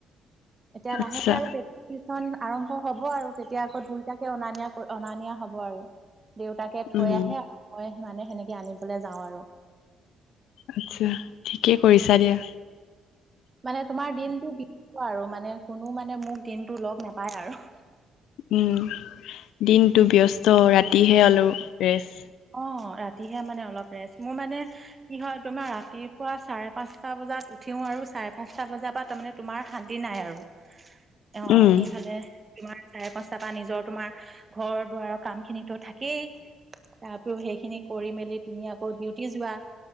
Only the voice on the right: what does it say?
এতিয়া
লাহেকে আৰু বন আৰম্ হ'ব আৰু তেতিয়া আকৌ দুইটাকে অনা নিয়া অনা নিয়া হ'ব আৰু দেউতাকে থৈ
আহে আৰু মই মানে সেনেকে আনিবলৈ যাওঁ আৰু
মানে তোমাৰ দিনটো আৰু মানে কোনো মানে মোক দিনটো লগ নাপায় আৰু
অ ৰাতিহে মানে অলপ ৰেষ্ট মোৰ মানে কি হয় তোমাৰ ৰাতিপুৱা চাৰে পাঁচটা বজাত উঠি উঠোও আৰু চাৰে পাঁচটা বজাৰ পৰা তাৰমানে তোমাৰ শান্তি নাই আৰু অ
এইফালে <unintelligible> তোমাৰ চাৰে পাঁচটা পৰা নিজৰ তোমাৰ ঘৰ দুৱাৰৰ কাম খিনিতো থাকেই তাৰপৰি সেইখিনি কৰি মেলি তুমি আকৌ ডিউটি যোৱা